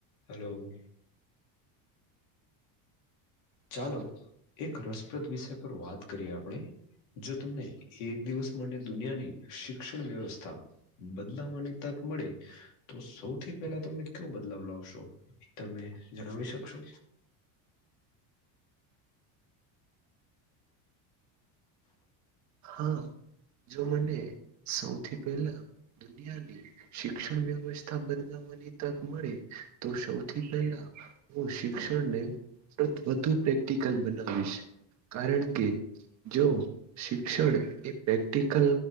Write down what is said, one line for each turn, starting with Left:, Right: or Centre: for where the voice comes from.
Left: Hello. ચાલો
Right: હા
Left: એક રસપ્રદ વિષય પર વાત કરીએ આપણે. જો તમને એક દિવસ માટે દુનિયાની શિક્ષણ વ્યવસ્થા બદલાવાની તક મળે. તો સૌથી પહેલા તમે કયો બદલાવ લાવશો તમે જણાવી શકશો.
Right: હા જો મને સૌથી પહેલા. દુનિયાની શિક્ષણ વ્ય વ્યસ્થા બદલાવાની તક મળે તો સૌથી પહેલા. હું શિક્ષણ ને વધુ પ્રેક્ટ કલ બનાવીશ કારણ કે જો. શિક્ષણ એ પ્રેક્ટિકલ.